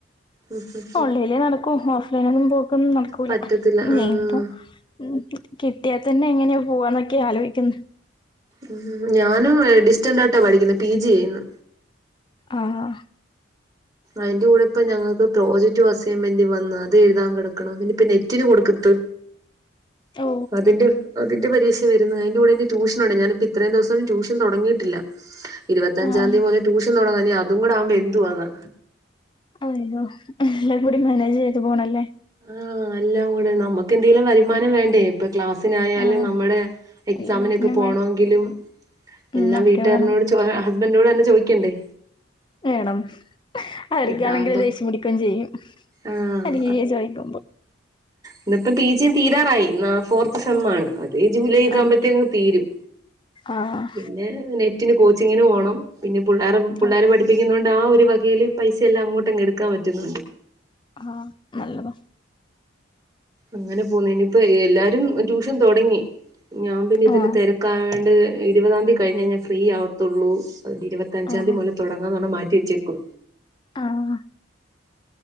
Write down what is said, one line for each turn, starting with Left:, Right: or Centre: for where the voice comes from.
Right: ഉം ഉം
Left: ഓൺലൈനിലേ നടക്കൂ ഓഫ് നേരം പോക്കൊന്നും നടക്കൂല
Right: പറ്റത്തില്ല
Left: ഇല്ലേപ്പോ
Right: ആഹ്
Left: ഉം കിട്ടിയാത്തന്നെ എങ്ങനെയാ പോവാന്നൊക്കെയാ ആലോയ്ക്കുന്നേ
Right: ഉം ഞാനും ഡിസ്റ്റന്റ് ആയിട്ടാ പഠിക്കുന്നേ പി ജി ചെയ്യുന്ന്
Left: ആഹ്
Right: അയിന്റുടെ ഇപ്പൊ ഞങ്ങൾക്ക് പ്രോജക്റ്റ് അസൈൻമെന്റും വന്ന്‌ അത് എഴുതാൻ കിടക്കണ് ഇനി പിന്നെ ഇപ്പ നെറ്റിന് കൊടുക്കത്ത്
Left: ഓ
Right: അതിന്റെ അതിന്റെ പരീക്ഷ വരുന്ന് അതിന്റെ കൂടെ ട്യൂഷനൊണ്ട് ആഹ് ഞാനിപ്പ ഇത്രയും ദിവസം ട്യൂഷൻ തൊടങ്ങിയിട്ടില്ല ഇരുപത്തഞ്ചാംന്തി
Left: ആഹ്
Right: മുതല് ട്യൂഷൻ തുടങ്ങാ ഇനി അതും കൂടാവുമ്പോ എന്തുവാന്ന്
Left: അയ്യോ എല്ലാം കൂടി മാനേജ്യ്തു പോണല്ലേ
Right: ആഹ് അല്ലാം കൂടെ നമ്മക്കെന്തേലും വരുമാനം വേണ്ടേ ഇപ്പൊ ക്ലാസ്സിനായാലും
Left: ആഹ്
Right: നമ്മുടെ എക്സാമിനൊക്കെ
Left: എല്ലാത്തിനും
Right: പോണോങ്കിലും
Left: വേണം ഉം
Right: എല്ലാം
Left: ഒക്കെ
Right: വീട്ടുകാരനോട്
Left: വേണം
Right: ചോ ഹസ്ബൻഡോട് തന്നെ ചോദിക്കണ്ടേ
Left: വേണം ആർക്കാണെങ്കിലി
Right: ഇതാകുമ്പോ
Left: ദേഷ്യം പിടിക്കേം ചെയ്യും
Right: ആഹ്
Left: അല്ലെങ്കി ചോയ്ക്കുമ്പോ
Right: ഇന്നപ്പം പി ജിയും തീരാറായി ന്നാ ഫോർത്ത് സെം
Left: ഉം
Right: ആണ് അതേ ജൂലൈ ഒക്കെ
Left: ആഹ്
Right: ആുമ്പഴത്തേക്കങ്ങ് തീരും
Left: ആഹ്
Right: പിന്നെ നെറ്റിന് കോച്ചിങ്ങിന് പോണം പിന്നെ പിള്ളേരെ പിള്ളേരെ
Left: ആഹ്
Right: പഠിപ്പിക്കുന്നോണ്ട് ആഹ് ഒരു വകേല് പൈസെല്ലാം അങ്ങോട്ടുംങ് എടുക്കൻ പറ്റുന്നുണ്ട്
Left: ആഹ് നല്ലത
Right: അങ്ങനെ പോന്നേനിപ്പ എല്ലാരും ട്യൂഷൻ തുടങ്ങി ഞാൻ പിന്നെ ഇതിന്റെ
Left: ആഹ്
Right: തിരക്കാ ണ്ട് ഇരുവതാന്തി കഴിഞ്ഞ ഞാൻ ഫ്രീ ആവത്തുള്ളൂ അഹ് ഇരുപത്തഞ്ചാന്തി
Left: ആഹ്
Right: മുതല് തുടങ്ങാന്ന്ണം മാറ്റിവെച്ചേകു
Left: ആഹ്